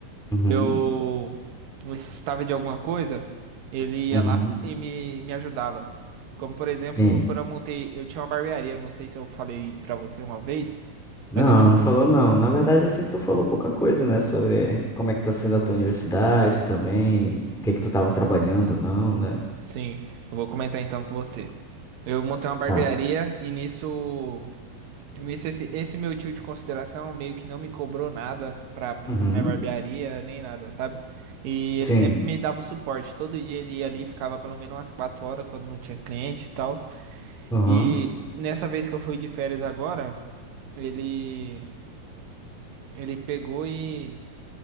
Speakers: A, in the centre; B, on the right (about 70°).
A: uhum,
B: eu necessitava de alguma coisa, ele ia
A: uhum,
B: lá e me, me ajudava. Como, por exemplo,
A: sim.
B: quando eu montei, eu tinha uma barbearia, não sei se eu falei pra você uma vez,
A: Não,
B: mas eu tinha.
A: não falou não. Na verdade, assim, tu falou pouca coisa, né? Sobre como é que tá sendo a tua universidade também, o que que tu tava trabalhando, ou não, né?
B: Sim, eu vou comentar então com você. Eu montei uma barbearia
A: Ah.
B: e nisso. Nisso, esse, esse meu tio de consideração meio que não me cobrou nada pra pintar
A: Uhum.
B: minha barbearia, nem nada, sabe? E ele
A: Sim.
B: sempre me dava o suporte. Todo dia ele ia ali, ficava pelo menos umas 4 horas quando não tinha cliente e tal.
A: Uhum.
B: E nessa vez que eu fui de férias agora, ele, ele pegou e,